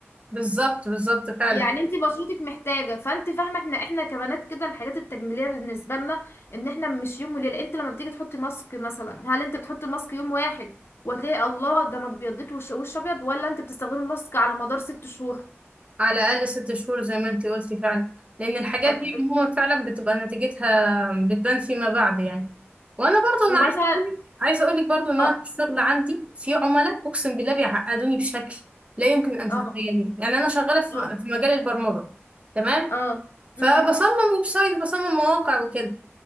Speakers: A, on the right; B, on the left.
A: بالظبط بالظبط فعلا
B: يعني انت بشرتك محتاجة فانت فاهمة احنا احنا كبنات كده الحاجات التجميلية بالنسبة لنا ان احنا مش يوم وليلة انت لما بتيجي تحطي ماسك مثلا هل انت بتحطي الماسك يوم واحد وتلاقي الله ده انا ابيضت وش وش ابيض ولا انت بتستخدمي الماسك على مدار ست شهور
A: على الأقل ست شهور زي ما انتي قلتي فعلا لأن الحاجات
B: أ-
A: دي عموما فعلا بتبقى نتيجتها بتبان فيما بعد يعني وأنا برضو
B: ومثلا
A: أنا عايزة أقولك عايزة أقولك برضو إن
B: اه
A: أنا في الشغل عندي في عملاء أقسم بالله بيعقدوني بشكل لا يمكن أن تتخيليه
B: اه
A: يعني أنا شغالة في
B: اه
A: في مجال البرمجة تمام
B: اه آه،
A: فبصمم
B: امم
A: ويب سايت بصمم مواقع وكده